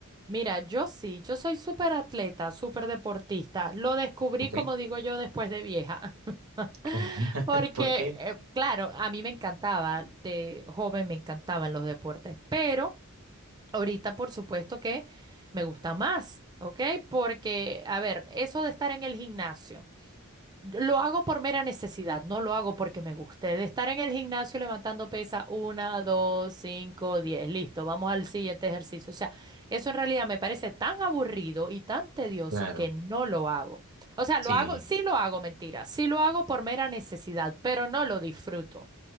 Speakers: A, on the right; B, on the right.
A: Mira, yo sí, yo soy súper atleta, súper deportista. Lo descubrí,
B: Ok.
A: como digo yo, después de vieja. <laughs>
B: <laughs>
A: Porque,
B: ¿Por qué?
A: eh, claro, a mí me encantaba, de joven me encantaban los deportes, pero ahorita por supuesto que me gusta más, ¿ok? Porque, a ver, eso de estar en el gimnasio. Lo hago por mera necesidad, no lo hago porque me guste. De estar en el gimnasio levantando pesa, una, dos, cinco, diez, listo, vamos al siguiente ejercicio. O sea, eso en realidad me parece tan aburrido y tan tedioso
B: Claro,
A: que no lo hago. O sea, lo
B: sí,
A: hago, sí lo hago, mentira, sí lo hago por mera necesidad, pero no lo disfruto.